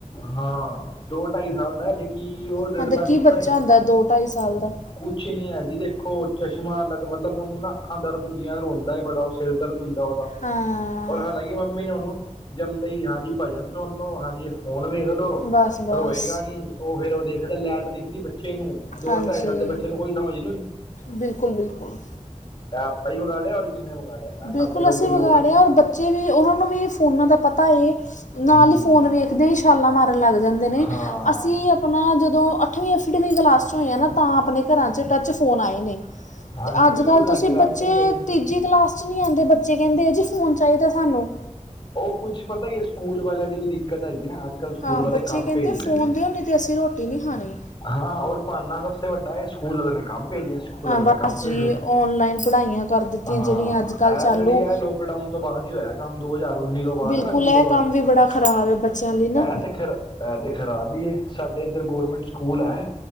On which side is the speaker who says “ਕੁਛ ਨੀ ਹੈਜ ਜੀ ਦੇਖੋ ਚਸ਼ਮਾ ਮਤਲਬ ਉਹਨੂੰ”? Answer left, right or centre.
Left